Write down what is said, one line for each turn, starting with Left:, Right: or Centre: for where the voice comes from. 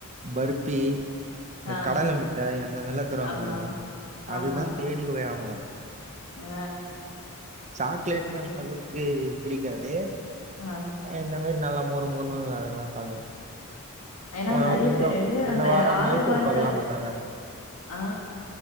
Right: பருப்பி இந்த
Left: ஆ
Right: கடல மிட்டாயி அந்த மார்லாம் தருவாங்க
Left: ஆமா
Right: பாருங்க அதுதான்
Left: ஆமா
Right: தேடி வங்குவே
Left: ஆ
Right: சாக்லேட்னா
Left: சூப்பர்
Right: க்கு பிடிக்காது
Left: ஆ
Right: இந்த மாரி நல்லா முரு முருணு அதுல்லாம் சாப்டுவே
Left: ஏனா
Right: போ
Left: நெறைய
Right: இந்த
Left: பேரு
Right: இந்த
Left: அந்த
Right: வாரோ
Left: ஆறு
Right: மைசூர்
Left: வாரத
Right: பாக்கெல்லா குடுத்தாங்க
Left: ஆ